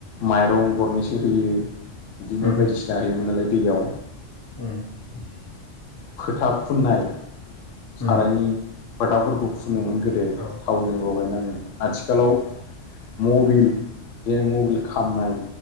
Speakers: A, on the left (about 85°); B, on the left (about 20°).
A: माइरं गरनैसो होयो बिदिनो
B: उम
A: बायदिसिना होयोमोन नालाय दैयाव
B: उम ओ
A: खोथा फुननाय
B: उम
A: सारायनि खोथाफोरखौ फो फोनोमोन गोदो
B: औ
A: थावजों लगायनानै आथिखालाव मबिल जे मबिल खामनाय